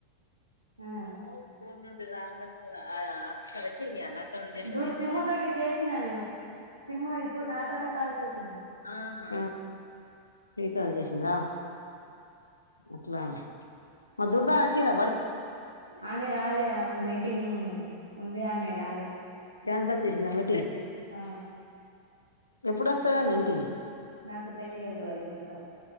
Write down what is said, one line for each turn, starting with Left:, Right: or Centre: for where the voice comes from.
Right: ఆ
Left: ముస్కోని ఉండు రాంగ సూడు చెయాలా అక్కడ నుండి చేస్తే
Right: దూర్
Left: మీ అమ్మ
Right: సిమ్ము తోటి చేసిన నేను సిమ్ము ఇప్పుడు నాతోటే కాల్ చేసింది
Left: ఆహా త్ చేసిందా అట్లా మ దుర్ద అచ్చింద
Right: ఆమె రాలే ఆమె మీటింగ్ ఉంది ఆమె రాలే
Left: క్యాన్సల్ చేసింది ఎమ్మటి
Right: ఆ
Left: ఎప్పుడుొస్తదన్న ఇంటికి
Right: నాకు తెలియదు అది మొత్తం